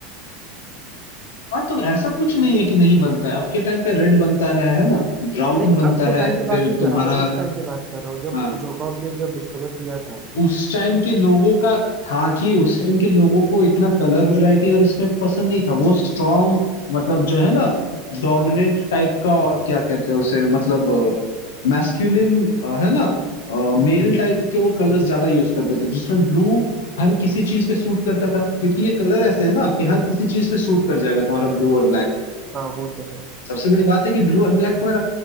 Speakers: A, on the left (about 90°); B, on the right (about 30°).
A: हाँ तो ऐसा कुछ नहीं है कि नहीं बनता है अब के टाइम पे रेड बनता है है ना ब्राउन
B: नहीं मैं
A: बनता
B: अब के
A: है
B: टाइम पे बात
A: फिर
B: नहीं कर
A: तुम्हारा
B: रहा हूँ मैं उस टाइम पे बात कर रहा हूँ जब
A: हाँ।
B: जोकॉब ने जब डिस्कवर किया था
A: उस टाइम के लोगों का था कि उस टाइम के लोगों को इतना कलर वैरायटी और इसमें पसंद नहीं था वो स्ट्रॉन्ग मतलब जो है ना डोमिनेंट
B: हाँ हाँ
A: टाइप का और क्या कहते हैं उसे मतलब मैस्कुलिन है ना
B: हम्म,
A: मेल टाइप के वो कलर्स ज्यादा यूज करते थे जिसमें ब्लू हर किसी चीज पे सूट करता था क्योंकि ये कलर ऐसे है ना कि हर किसी चीज पे सूट कर जाएगा तुम्हारा ब्लू और ब्लैक
B: हाँ वो तो है
A: सबसे बड़ी बात है कि ब्लू और ब्लैक में